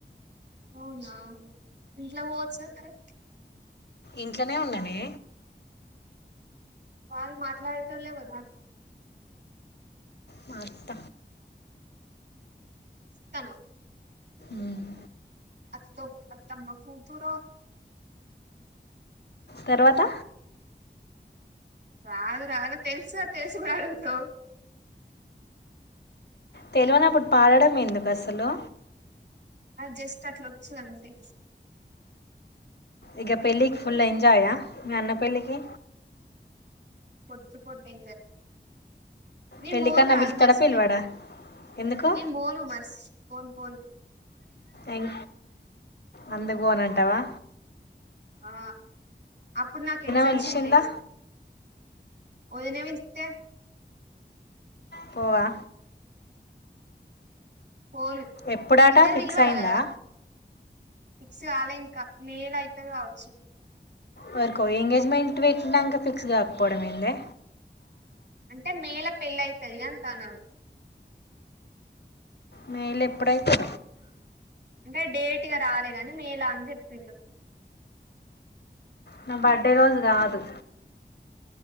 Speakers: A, on the right; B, on the left.
A: అవునా ఇంట్లో పోవచ మరి
B: ఇంట్లోనే ఉన్నానే
A: వాళ్లు మాట్లాడేటోలు ఎవరు
B: మా అత్త
A: అత్తన
B: మ్మ్
A: అత్త అత్తమకూతురో
B: తర్వాత
A: రాదు రాదు తెలుసు అ తెలుసు కూడా అడుగుతు
B: తెలవనప్పుడు పాడడం ఎందుకు అసలు
A: జస్ట్ అట్లా వచ్చు అంతే
B: ఇక పెళ్ళికి ఫుల్ ఎంజయా మీ అన్నా పెళ్ళికి
A: పట్తుపోట్టే నేను
B: పెళ్ళికన్నా
A: బోను కా కాదు
B: పిలుస్తాడా
A: మర్చిపోయిను
B: పిలవాడా ఎందుకు
A: నేను బోను బస్ బోను బోను
B: ఎం అందుకు పోనంటావా
A: ఆ అప్పుడు నాకు ఎగ్జామ్స్
B: పిలిచిందా
A: ఉంటాయి వదినేమిస్తే
B: పోవా
A: పోను
B: ఎప్పుడాట
A: ఇద్దరు
B: ఫిక్స్
A: పిల్వాల
B: అయిందా
A: కద ఫిక్స్ కాలే ఇంకా మేలో అయితారు కావచ్చు
B: వరకో ఎంగేజ్మెంట్ పెట్టినాక ఫిక్స్ కాకపోవడం ఏందే
A: అంటే మేలో పెళ్ళయితది అంటానా
B: మేలో ఎప్పుడయితది
A: అంటే డేట్ ఇగా రాలేదు అన్ని మేలో అని చెప్పిళు
B: నా బర్డే రోజు కాదు